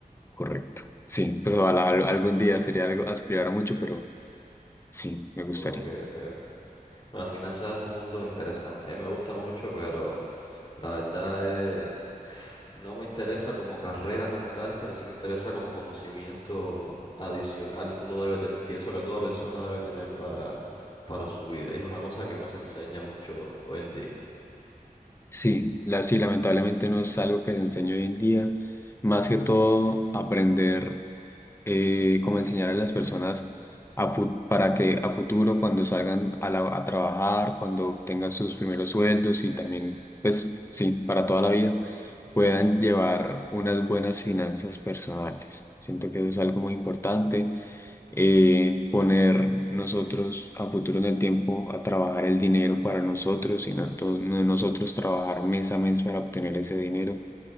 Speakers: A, on the left; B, on the left.
A: Correcto. Sí, pues ojalá al- algún día sería algo aspirar a mucho, pero sí, me
B: Ok,
A: gustaría.
B: ok, ok. Bueno, las finanzas es un mundo interesante. A mí me gusta mucho, pero La verdad es, no me interesa como carrera como tal, pero sí me interesa como conocimiento adicional que uno debe tener, pienso que toda persona debe tener para, para su vida. Y es una cosa que no se enseña mucho hoy en día.
A: Sí, la, sí, lamentablemente no es algo que se enseñe hoy en día. Más que todo, aprender eh, cómo enseñar a las personas a fu- para que a futuro, cuando salgan a, la- a trabajar, cuando tengan sus primeros sueldos y también, pues sí, para toda la vida, puedan llevar unas buenas finanzas personales. Siento que eso es algo muy importante eh, poner nosotros a futuro en el tiempo a trabajar el dinero para nosotros, sino a todos no- nosotros trabajar mes a mes para obtener ese dinero